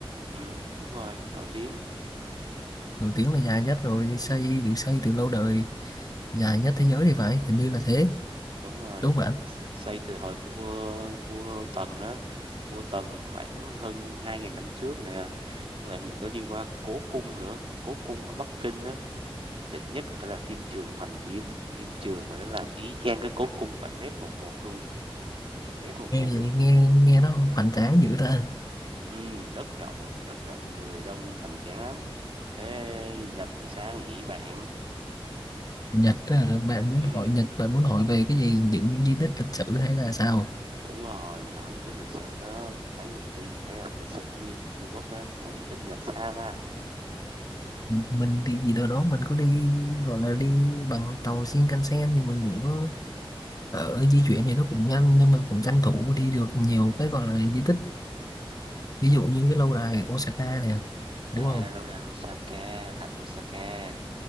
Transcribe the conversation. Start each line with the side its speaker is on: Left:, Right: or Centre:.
Right: Ừm, đúng rồi, nổi tiếng,
Left: nổi tiếng là dài nhất rồi xây được xây từ lâu đời dài nhất thế giới thì phải hình như là thế
Right: đúng rồi,
Left: đúng không bạn
Right: xây từ thời vua vua Tần á, vua Tần khoảng hơn 2.000 năm trước nè. Với lại mình có đi qua Cố Cung nữa, Cố Cung ở Bắc Kinh đó định nhất phải là phim Trường Hoành Điếm, phim Trường mà nó làm y chang cái cốt cung bản ghép một một luôn, bản ghép một
Left: nghe
Right: một luôn.
Left: vậy nghe nghe nó hoành tráng dữ ta
Right: Ừm, đất rộng, đất rộng người đông hoành tráng lắm. Thế Nhật thì sao nhỉ bạn?
Left: Nhật á, bạn muốn
Right: Ừm,
Left: hỏi Nhật bạn muốn hỏi về cái gì những di tích lịch sử hay là sao
Right: đúng rồi, mình hỏi gì tích lịch sử đó, mình thấy mình đi thấy không lịch sử như Trung Quốc đó, còn di tích Nhật sao ta?
Left: mình đi gì đâu đó mình có đi gọi là đi bằng tàu Shinkansen thì mình cũng có ở di chuyển thì nó cũng nhanh nên mình cũng tranh thủ đi được nhiều cái gọi là di tích ví dụ như cái lâu đài Osaka nè
Right: À,
Left: đúng không
Right: lâu đài Osaka, thạch Osaka.